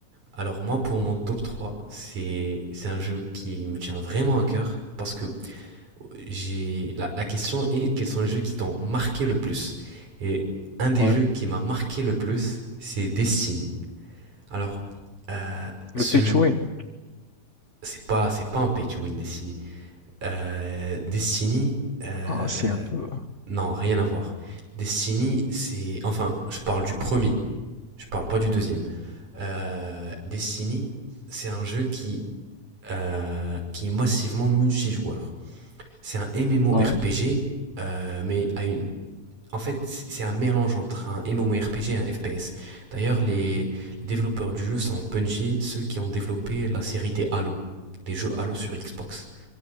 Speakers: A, on the right; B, on the left.
A: Alors moi, pour mon top 3, c'est c'est un jeu qui me tient vraiment à cœur parce que j'ai la, la question est quels sont les jeux qui t'ont marqué le plus Et un des
B: Ouais.
A: jeux qui m'a marqué le plus, c'est Destiny. Alors, euh, ce
B: Le pay to win,
A: c'est pas c'est pas un pay to win Destiny. Euh, Destiny, euh,
B: ah, c'est un peu.
A: Non, rien à voir. Destiny, c'est. Enfin, je parle du premier. Je parle pas du deuxième. Euh, Destiny, c'est un jeu qui, euh, qui est massivement multijoueur. C'est un MMORPG,
B: Ouais.
A: euh, mais à une... en fait, c'est un mélange entre un MMORPG et un FPS. D'ailleurs, les, les développeurs du jeu sont Bungie, ceux qui ont développé la série des Halo, des jeux Halo sur Xbox.